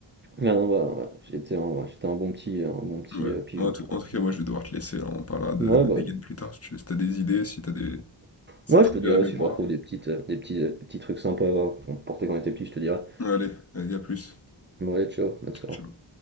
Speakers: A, on the right; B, on the left.
A: Ah non, bah, ouais, j'étais un, ouais, j'étais un bon petit, un bon petit
B: Ouais.
A: euh, pigeon
B: En tout,
A: pour.
B: en tout cas moi je vais devoir te laisser, là. on parlera de,
A: Ouais,
B: de
A: bah,
B: dégaine plus tard si tu veux. Si t'as des idées, si t'as des... Si
A: moi
B: ça te
A: je
B: revient
A: te dirais
B: à la mémoire.
A: si je retrouve des petites, euh, des petits, euh, des petits trucs sympas euh, qu'on portait quand on était petit, je te dirais.
B: Allez, allez, à plus.
A: Bon, allez, ciao, bonne
B: Ciao,
A: soirée.
B: ciao.